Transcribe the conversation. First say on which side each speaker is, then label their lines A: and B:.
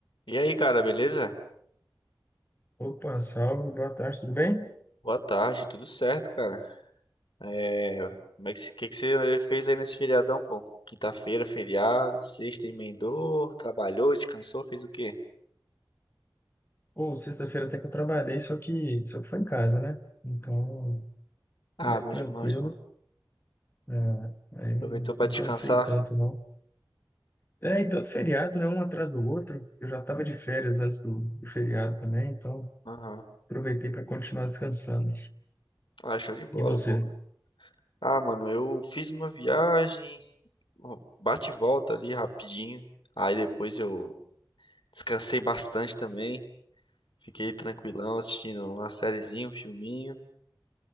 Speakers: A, on the left; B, on the left.
A: E aí, cara, beleza?
B: Opa, salve, boa tarde, tudo bem?
A: Boa tarde, tudo certo, cara? É, como é que, se- que, que você fez aí nesse feriadão, pô? Quinta-feira, feriado, sexta emendou, trabalhou, descansou, fez o quê?
B: Ou sexta-feira até que eu trabalhei, só que só que foi em casa, né? Então,
A: Ah,
B: foi mais
A: bom
B: tranquilo.
A: demais, mano.
B: É, aí
A: Aproveitou
B: não,
A: pra
B: não
A: descansar?
B: cansei tanto, não. É, e tanto feriado, né? Um atrás do outro. Eu já estava de férias antes do, do feriado também, então
A: Aham.
B: aproveitei para continuar descansando.
A: Ah, show de bola,
B: E você?
A: pô. Ah, mano, eu fiz uma viagem, ó, bate e volta ali rapidinho. Aí depois eu descansei bastante também. Fiquei tranquilão assistindo uma sériezinha, um filminho.